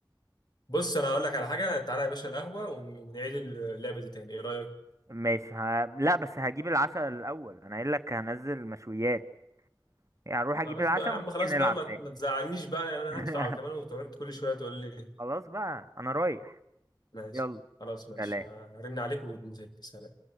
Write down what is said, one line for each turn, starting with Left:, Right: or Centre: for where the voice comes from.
Left: بص انا هقول لك على حاجه تعالى يا باشا القهوه ون- ونعيد اللعبه دي تاني ايه رايك
Right: ماشي ه... لا بس هجيب العشاء الاول انا قايل لك هنزل مشويات يعني هروح اجيب
Left: خلاص
Right: العشاء
Left: بقى يا عم
Right: ونيجي
Left: خلاص
Right: نلعب
Left: بقى ما ت-
Right: تاني
Left: ما تزعلنيش بقى يعني انا
Right: <laughs>
Left: هدفع وكمان وتقعد كل شويه تقول لي
Right: خلاص بقى انا رايح
Left: ماشي
Right: يلا
Left: خلاص ماشي
Right: سلام
Left: هرن عليك وننزل سلام